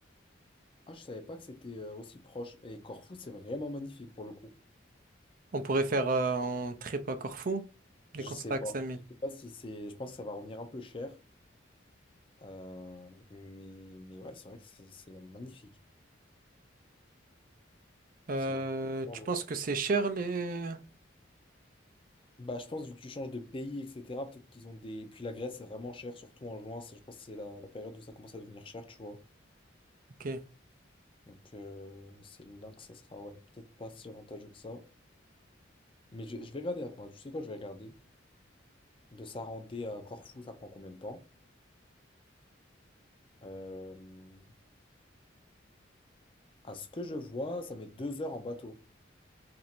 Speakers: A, on the left; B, on the right.
A: Ah, je savais pas que c'était euh, aussi proche. Et Corfou, c'est vraiment magnifique pour le coup.
B: On pourrait faire euh, un trip à Corfou, des
A: Je
B: concerts
A: sais
B: à
A: pas.
B: Xamil.
A: Je sais pas si c'est. Je pense que ça va revenir un peu cher. Euh, mais, mais ouais, c'est vrai que c'est c'est magnifique.
B: Euh,
A: C'est vraiment super
B: tu
A: beau.
B: penses que c'est cher les...
A: Bah, je pense, vu que tu changes de pays, etc., peut-être qu'ils ont des. Et puis la Grèce, c'est vraiment cher, surtout en juin. c'est- Je pense que c'est la, la période où ça commence à devenir cher, tu vois.
B: Ok.
A: Donc, euh, c'est là que ça sera, ouais, peut-être pas si avantageux que ça. Mais je, je vais regarder, attends, tu sais quoi, je vais regarder. De Sarandé à Corfou, ça prend combien de temps? Euh, À ce que je vois, ça met deux heures en bateau.